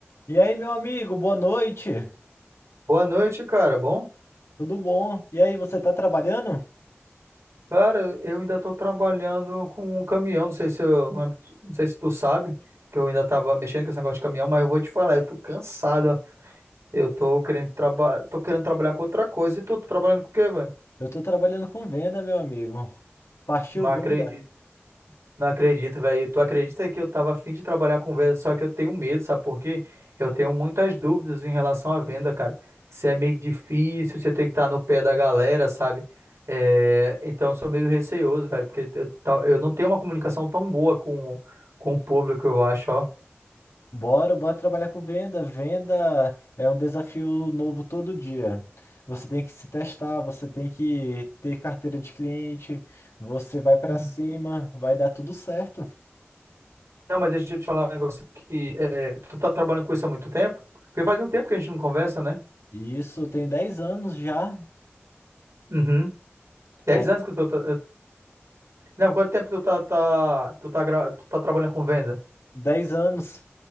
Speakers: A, on the left; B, on the right.
A: E aí, meu amigo, boa noite.
B: Boa noite, cara. Bom?
A: Tudo bom? E aí, você tá trabalhando?
B: Cara, eu ainda tô trabalhando com um caminhão. Não sei se eu, lembro- não sei se tu sabe que eu ainda tava mexendo com esse negócio de caminhão, mas eu vou te falar, eu tô cansado. ó. Eu tô querendo trabalhar, tô querendo trabalhar com outra coisa. E tu, tá trabalhando com o quê, velho?
A: Eu tô trabalhando com venda, meu amigo. Partiu
B: Não acredito.
A: venda?
B: Não acredito, velho. Tu acredita que eu tava afim de trabalhar com venda, só que eu tenho medo, sabe por quê? Eu tenho muitas dúvidas em relação à venda, cara. Se é meio difícil, você tem que estar no pé da galera, sabe? É, Então eu sou meio receoso, velho, porque eu, ta- eu não tenho uma comunicação tão boa com, o- com o público, eu acho, ó.
A: Bora, bora trabalhar com venda. Venda é um desafio novo todo dia. Você tem que se testar, você tem que ter carteira de cliente, você vai pra
B: Uhum.
A: cima, vai dar tudo certo.
B: Não, mas deixa eu te falar um negócio aqui. É, tu tá trabalhando com isso há muito tempo? Porque faz um tempo que a gente não conversa, né?
A: E isso tem 10 anos já.
B: Uhum. Dez
A: Aí,
B: anos que tu tá... Não, quanto tempo que tu tá, tá- tu tá, gra- tu tá trabalhando com venda?
A: 10 anos.